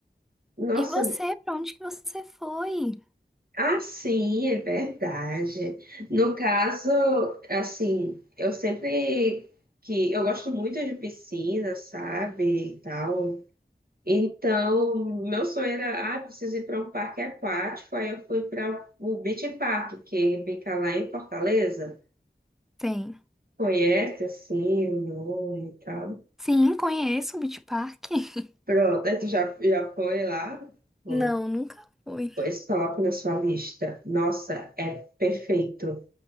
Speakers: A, on the right; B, in the centre.
A: Nossa,
B: E você, pra onde que você foi?
A: ah, sim, é verdade. No caso, assim, eu sempre que eu gosto muito de piscina, sabe, e tal. Então, meu sonho era, ah, preciso ir para um parque aquático. Aí eu fui para o Beach Park, que fica lá em Fortaleza.
B: Tem.
A: Conhece, assim, o nome e tal.
B: Sim, conheço o Beach Park. <laughs>
A: Pronto, aí tu já, já foi lá? Hum,
B: Não, nunca fui.
A: Pois coloca na sua lista. Nossa, é perfeito.